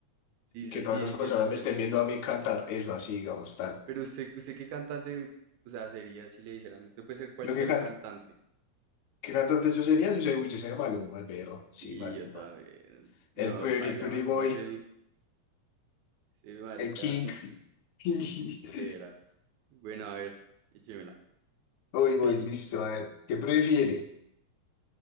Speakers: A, on the right; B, on the left.
A: Sí,
B: y que
A: sí,
B: todas
A: sí,
B: esas
A: entiendo,
B: personas
A: entiendo.
B: me estén viendo a mí cantar, eso así, digamos, tal.
A: Pero usted, usted qué cantante, o sea, sería si le dijeran, usted puede ser cualquier
B: ¿Yo qué canto?
A: cantante.
B: ¿Qué cantante yo sería? Yo soy, uy, yo soy Maluma, el perro, sí,
A: Sí,
B: Maluma.
A: yo también. No,
B: El Pretty
A: paila,
B: Pretty
A: Maluma
B: Boy,
A: es el, ese marica,
B: el King.
A: <laughs>
B: <laughs>
A: de verdad. Bueno, a ver, échemela.
B: Uy, voy,
A: <laughs> Uy,
B: listo, a ver, ¿qué prefiere?